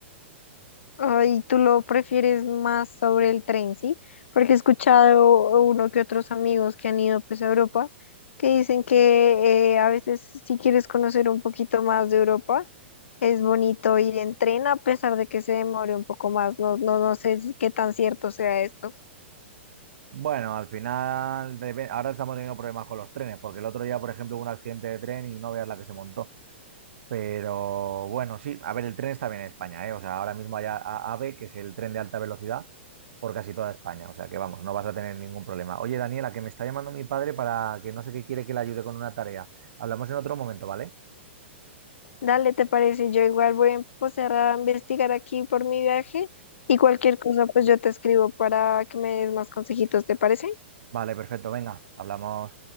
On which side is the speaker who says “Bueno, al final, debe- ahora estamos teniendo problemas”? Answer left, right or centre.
Right